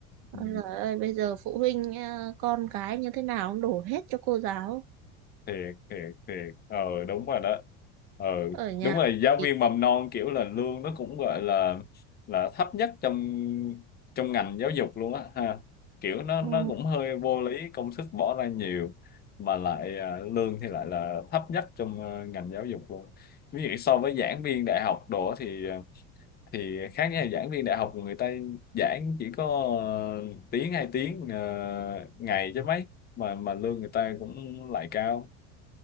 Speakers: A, on the right; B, on the left.
A: Ôi
B: Ừ.
A: giời ơi, bây giờ phụ huynh ờ, con cái như thế nào cũng đổ hết cho cô giáo.
B: thiệt thiệt thiệt ờ đúng rồi đó ờ
A: Ở nhà
B: đúng rồi giáo
A: thì
B: viên mầm non kiểu là lương nó cũng gọi là là thấp nhất trong trong ngành giáo dục luôn á ha kiểu nó
A: ừ,
B: nó cũng hơi vô lý công sức bỏ ra nhiều mà lại à, lương thì lại là thấp nhất trong ờ, ngành giáo dục luôn ví dụ so với giảng viên đại học đồ thì ờ, thì khác nha giảng viên đại học người ta giảng chỉ có ờ, tiếng hai tiếng ờ, ngày chứ mấy mà mà lương người ta cũng lại cao